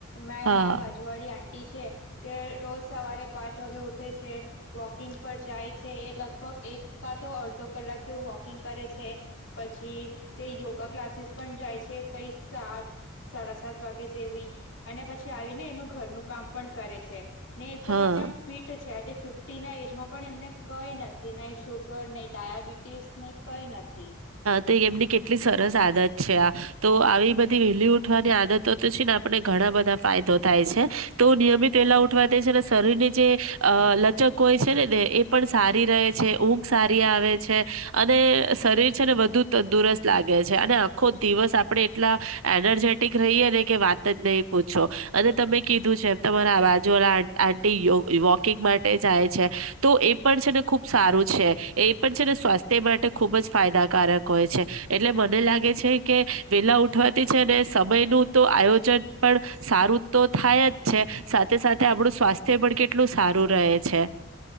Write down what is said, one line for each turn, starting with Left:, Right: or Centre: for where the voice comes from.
Left: મેં
Right: હા.
Left: મારા બાજુ વાળી આંટી છે તે રોજ સવારે પાંચ વાગે ઉઠે છે, વોકિંગ પર જાય છે, એ લગભગ એક કાતો અડધો કલાક જેવું વોકિંગ કરે છે, પછી તે યોગા ક્લાસીસ પણ જાય છે, કઈ સાત સાડા સાત વાગે જેવી અને પછી આવીને એનું ઘરનું કામ પણ કરે છે. ને એકદમ
Right: હા.
Left: આજે આમ ફિટ છે, આજે ફીફ્ ટી ના એજમાં પણ એમને કઈ નથી, નહી શુગર નહી ડાયાબિટીસ. ને કઈ નથી.
Right: તે એમની કેટલી સરસ આદત છે આ, તો આવી બધી વેહલી ઉઠવાની આદતો તો છે ને આપણે ઘણા બધા ફાયદો થાય છે તો નિયમિત વેલા ઉઠવા થી છે ને સરીરની જે અ લચક હોય છે નેે ને એ પણ સારી રહે છે, ઊંઘ સારી આવે છે અ ને શરીર છે ને વધુ તંદુરસ્ત લાગે છે અને આખો દિવસ આપણે એટલા એનજેટિ ક રહીયે ને કે વાત જ નહી પૂછો અને તમે કીધું છે, તમારા આ બાજુ વાળા આં આંટી યોગ વોકિંગ માટે જાય છે, તો એ પણ છે ને ખુબ સારું છે, એ પણ છે ને સ્વા તે માટે ખુબ જ ફાયદાકારક હોય છે. એટલે મને લાગે છે કે વેલા ઉઠવાતી છે ને સમયનું તો આયોજન પણ સારું તો થાય જ છે, સાથે સાથે આપણું સ્વાસ્થ્ય પણ કેટલું સારું રહે છે.